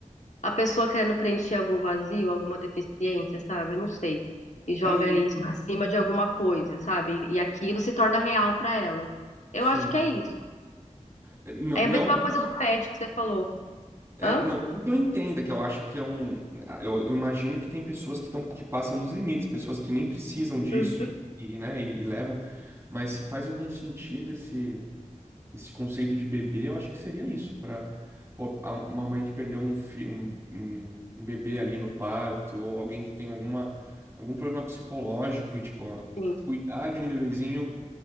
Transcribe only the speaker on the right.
É isso,
sim.
É, Não,
não
É,
não, não que eu entenda que eu acho que é um. Eu, eu imagino que tem pessoas que, tão, que passam dos limites, pessoas que nem precisam disso
e, e, né, e, e levam. Mas se faz algum sentido esse, esse conceito de bebê, eu acho que seria isso, para uma mãe que perdeu um, fi- um, um, um bebê ali no parto, ou alguém que tem alguma, algum problema psicológico, e tipo, ó,
cuidar de um bebezinho